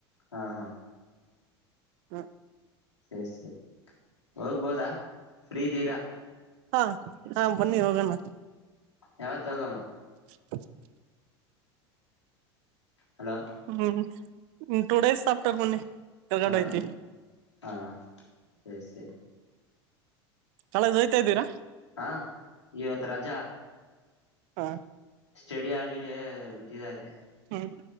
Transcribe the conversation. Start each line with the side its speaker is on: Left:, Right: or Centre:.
Left: ಹಾ ಹಾ
Right: ಹ
Left: ಸರಿ ಸರಿ ಹೋಗ್ಬೋದಾ ಫ್ರೀ್ದೀರಾ
Right: ಹಾ ಹಾ ಬನ್ನಿ ಹೋಗೋಣ
Left: ಯಾವತ್ ಹೋಗಮ್ಮ
Right: <unintelligible>
Left: ಹಲೋ
Right: ಹ್ಮ್ ಟೂ ಡೇಸ್ ಆಫ್ಟರ್ ಮೊನ್ನಿ ಕೆರಗಡೆ
Left: ಹಾ
Right: ಐ್ತಿ
Left: ಹಾ ಸರಿ ಸರಿ
Right: ಕಾಲೇಜ್ ಹೋಯ್ತಾ ಇದ್ದೀರಾ
Left: ಹಾ ಇವತ್ ರಜಾ
Right: ಹಾ
Left: ಸ್ಟಡಿ ಆಳಡ ಬಿಟ್ಟಿದ್ದಾರೆ
Right: ಹ್ಮ್